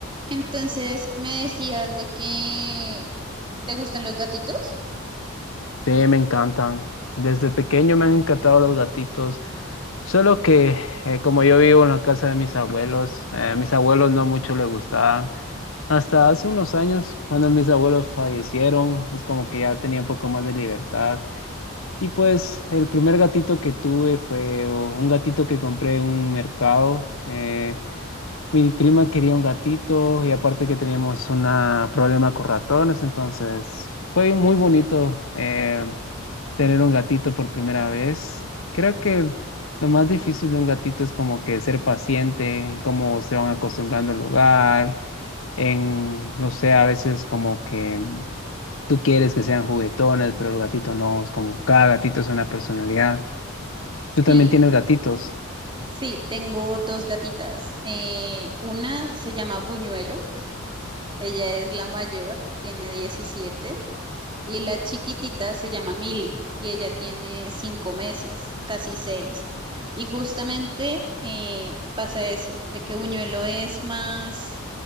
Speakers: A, on the right (about 25°); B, on the left (about 75°).
A: Entonces, me decías de que te gustan los gatitos.
B: Sí, me encantan. Desde pequeño me han encantado los gatitos. Solo que eh, como yo vivo en la casa de mis abuelos, eh, a mis abuelos no mucho les gustaban. Hasta hace unos años, cuando mis abuelos fallecieron, es como que ya tenía un poco más de libertad. Y pues el primer gatito que tuve fue oh, un gatito que compré en un mercado. Eh, mi prima quería un gatito y aparte que teníamos un problema con ratones, entonces fue muy bonito. eh, tener un gatito por primera vez. Creo que lo más difícil de un gatito es como que ser paciente, en cómo se van acostumbrando al lugar, en, no sé, a veces como que tú quieres que sean juguetones, pero el gatito no, es como cada gatito es una personalidad. Tú también
A: Sí,
B: tienes gatitos.
A: Sí, tengo dos gatitas. Eh, una se llama Buñuelo, ella es la mayor, tiene 17, y la chiquitita se llama Milly, y ella tiene 5 meses, casi 6. Y justamente eh, pasa eso, de que Buñuelo es más,